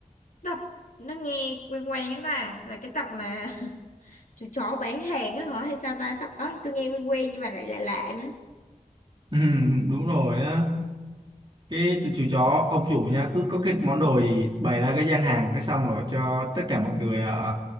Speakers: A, on the left (about 85°); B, on the right (about 35°).
A: tập nó nghe quen quen anh ta là cái tập mà <laughs> chú chó bán hàng á hả hay sao ta tập đó tôi nghe quen quen nhưng mà lại lạ lạ nữa
B: ừ, đúng rồi á cái chú chó ông chủ nha cứ có cái món đồ gì bày ra cái gian hàng cái xong rồi cho tất cả mọi người à,